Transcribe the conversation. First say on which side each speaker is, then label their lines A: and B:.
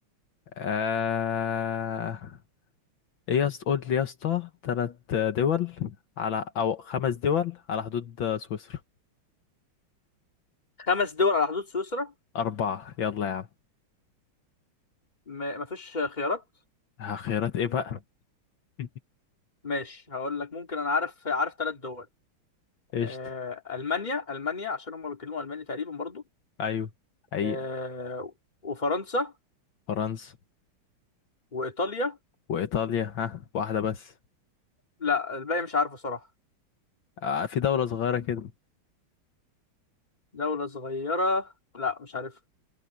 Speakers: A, on the left; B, on the left.
A: آه ايه يا اسطى قول لي يا اسطى تلات دول على او خمس دول على حدود سويسرا
B: خمس دول على حدود سويسرا
A: أربعة يلا يا عم
B: م... مفيش خيارات
A: ها، خيارات ايه بقى <laughs>
B: ماشي هقول لك ممكن انا عارف عارف ثلاث دول
A: قشطة
B: آه... المانيا المانيا عشان هم بيتكلموا الماني تقريبا برضو
A: ايوه حقيقة
B: آه... وفرنسا
A: فرنسا
B: وايطاليا
A: وإيطاليا ها واحدة بس
B: لا الباقي مش عارفه صراحة
A: آه في دولة صغيرة كده
B: دولة صغيرة لا مش عارفها